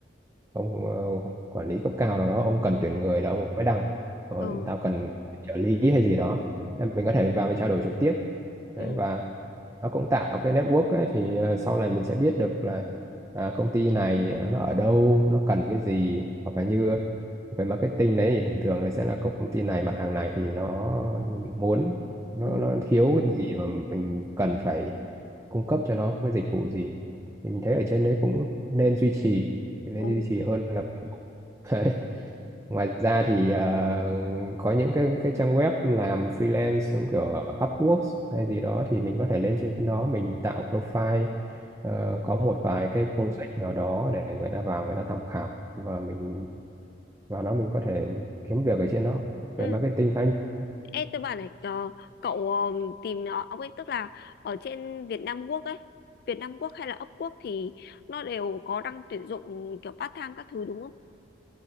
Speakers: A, on the right; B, on the left.
A: ông ờ, quản lý cấp cao nào đó ông cần tuyển người là ông mới đăng rồi
B: ừ
A: tao cần trợ lý hay gì đó Nên mình có thể mình vào mình trao đổi trực tiếp đấy
B: ừ
A: và nó cũng tạo cái network ấy, thì ờ, sau này mình sẽ biết được là à, công ty này nó ở đâu nó cần cái gì hoặc là như về marketing đấy thì thường thường nó sẽ là công ty này mặt hàng này thì nó muốn nó,
B: ừ
A: nó thiếu cái gì mà mình cần phải cung cấp cho nó cái dịch vụ gì thì mình thấy
B: ừ
A: ở trên đấy cũng nên duy trì nên
B: ừ
A: duy trì hơn là Đấy. Ngoài ra thì ờ, có những cái cái trang web làm freelance giống kiểu Upwork hay gì đó thì mình có thể lên trên đó mình tạo profile ờ, có một vài cái project nào đó để người ta vào người ta tham khảo và mình vào đó mình có thể kiếm việc ở trên đó
B: ừ
A: về marketing khá nhiều.
B: Ê, tôi bảo này ờ, cậu ờ, tìm ờ, ông ấy tức là ở trên Việt Nam Quốc ấy Việt Nam Quốc hay là Upwork Quốc thì nó đều có đăng tuyển dụng kiểu part time các thứ đúng không